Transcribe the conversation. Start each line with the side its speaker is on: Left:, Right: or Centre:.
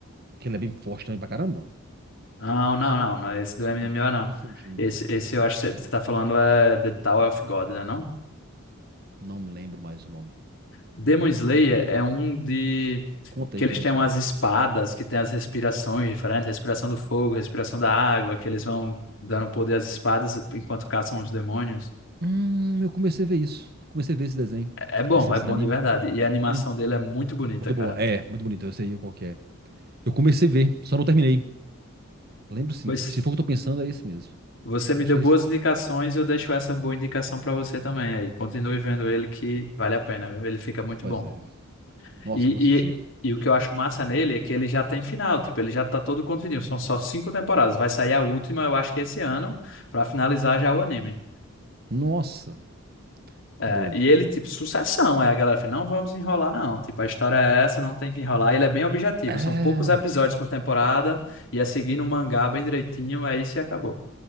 Right: que ele é bem forte também pra caramba.
Left: Não, não, não. Não é esse do
Right: Não,
Left: MMO,
Right: eu
Left: não.
Right: tô confundindo.
Left: Esse, esse eu acho que você você tá falando é The Tower of God, né, não?
Right: Não me lembro mais o nome.
Left: Demon Slayer é um de...
Right: Conta
Left: Que
Right: aí
Left: eles
Right: que eu vejo
Left: têm umas
Right: se eu lembro.
Left: espadas, que tem as respirações diferentes. Respiração do fogo, respiração da água. Que eles vão dando poder às espadas enquanto caçam os demônios.
Right: Hum, eu comecei a ver isso. Comecei a ver esse desenho,
Left: É bom,
Right: esse,
Left: é
Right: esse
Left: bom
Right: anime.
Left: de verdade. E a animação
Right: Sim.
Left: dele é muito bonita,
Right: Muito
Left: cara.
Right: boa. É, muito bonito. Eu sei qual que é. Eu comecei a ver, só não terminei. Lembro sim.
Left: Pois
Right: Se for o que eu tô pensando, é esse mesmo.
Left: você
Right: É,
Left: me
Right: Acho
Left: deu
Right: que
Left: boas
Right: é esse.
Left: indicações, eu deixo essa boa indicação pra você também aí. Continue vendo ele que vale a pena, viu? Ele fica muito
Right: Pois
Left: bom.
Right: é. Nossa,
Left: E,
Right: eu vou assistir.
Left: e, e o que eu acho massa nele é que ele já tem final, tipo, ele já tá todo contidinho. São só cinco temporadas. Vai sair a última, eu acho que esse ano, pra finalizar já o anime.
Right: Nossa,
Left: É,
Right: que doido.
Left: e ele, tipo, sucessão. Aí a galera fala, não vamos enrolar, não. Tipo, a história é essa, não tem que enrolar. E ele é bem objetivo.
Right: É.
Left: São poucos episódios por temporada. E é seguir no mangá bem direitinho. Aí se acabou.